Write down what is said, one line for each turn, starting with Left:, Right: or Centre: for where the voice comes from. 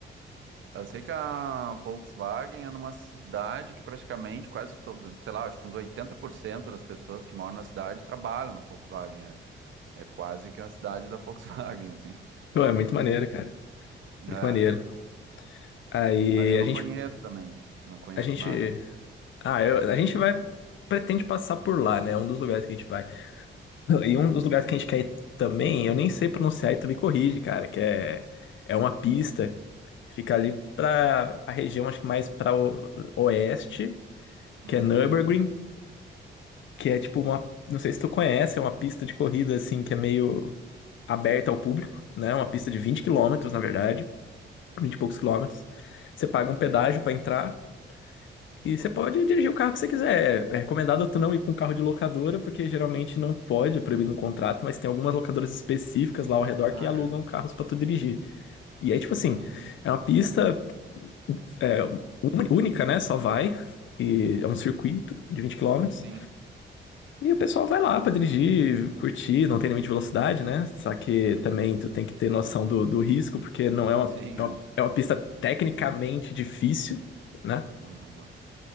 Right: Ah, eu sei que a Volkswagen é numa cidade que praticamente quase todo, sei lá, acho que uns 80% das pessoas que moram na cidade trabalham na Volkswagen, é, é quase que a cidade da Volkswagen, <laughs> assim.
Left: Pô, é muito maneiro, cara.
Right: É,
Left: Muito maneiro. Aí
Right: mas eu
Left: a
Right: não
Left: gente,
Right: conheço também, não conheço
Left: a gente
Right: nada lá.
Left: Ah, eu- a gente vai. Pretende passar por lá, né? É um dos lugares que a gente vai. E um dos lugares que a gente quer ir também, eu nem sei pronunciar e tu me corrige, cara, que é, é uma pista, fica ali pra, pra região, acho que mais pra o- oeste,
Right: Uhum.
Left: que é Nürburgring, que é tipo uma. Não sei se tu conhece, é uma pista de corrida assim que é meio aberta ao público, né? Uma pista de 20 quilômetros, na verdade, 20 e poucos quilômetros. Você paga um pedágio pra entrar. E você pode dirigir o carro que você quiser. É é recomendado tu não ir com carro de locadora, porque geralmente não pode, é proibido no contrato, mas tem algumas locadoras específicas lá ao redor
Right: Ah,
Left: que alugam
Right: é?
Left: carros pra tu dirigir. E aí, tipo assim,
Right: Ah,
Left: é uma pista é, uni- única, né? Só vai. E é um circuito de vinte quilômetros
Right: sim,
Left: E o pessoal vai lá pra dirigir, curtir, não tem limite de velocidade, né? Só que também tu tem que ter noção do, do risco, porque não é uma,
Right: sim,
Left: é
Right: é.
Left: uma, é uma pista tecnicamente difícil. né?
Right: Aham.